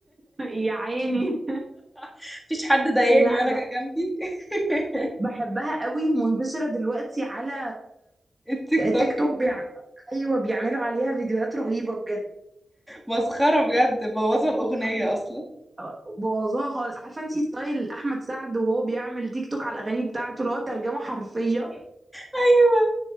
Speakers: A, on the right (about 20°); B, in the centre.
A: يا عيني
B: <laughs> مفيش حد ضايقني
A: لا
B: ولا
A: انا ب-
B: جه جنبي <laughs>
A: بحبها قوي ومنتشرة دلوقتي على
B: التيك توك
A: تيك توك بيعمل ايوه بيعملوا عليها فيديوهات رهيبه بجد
B: مسخرة بجد بوظوا الأغنية
A: ايوه
B: أصلا
A: بوظوها خالص عارفه انتي ستايل احمد سعد وهو بيعمل تيك توك على الاغاني بتاعته اللي هو ترجمه حرفيه
B: أيوة